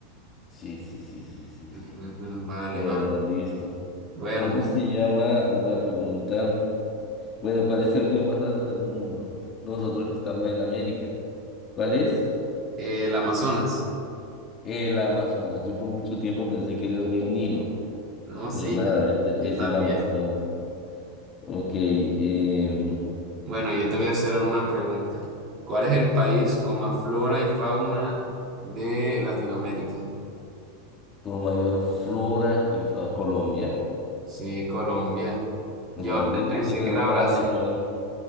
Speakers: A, on the left (about 20°); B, on the right (about 25°).
A: Sí, sí, sí, sí, sí,
B: Ujú,
A: sí.
B: Vale,
A: Bueno,
B: va.
A: listo.
B: Bueno,
A: ¿Cómo
B: yo-
A: se llama? Otra pregunta. Bueno, ¿cuál es el río más largo del mundo? Nosotros que estamos en América. ¿Cuál es?
B: eh, el Amazonas.
A: El Amazonas. Yo por mucho tiempo pensé que era el río Nilo,
B: No, sí,
A: pero nada, este
B: yo
A: es
B: también.
A: el Amazonas. Ok, em,
B: Bueno, yo te voy a hacer una pregunta. ¿Cuál es el país con más flora y fauna de Latinoamérica?
A: con mayor flora y flora, Colombia.
B: Sí, Colombia.
A: Colombia,
B: Yo antes
A: de
B: pensé
A: hecho, tenemos
B: que era Brasil.
A: la región,